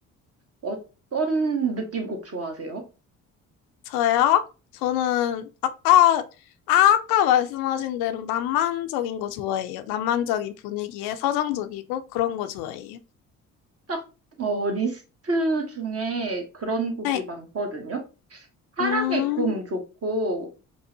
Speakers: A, on the right; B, on the left.
A: 어떤 느낌 곡 좋아하세요?
B: 저요? 저는 아까, 아, 아까 말씀하신 대로 낭만적인 거 좋아해요. 낭만적인 분위기에 서정적이고 그런 거 좋아해요.
A: 딱, 어, 리스트 중에 그런 곡이
B: 네.
A: 많거든요. 사랑의
B: 음,
A: 꿈 좋고,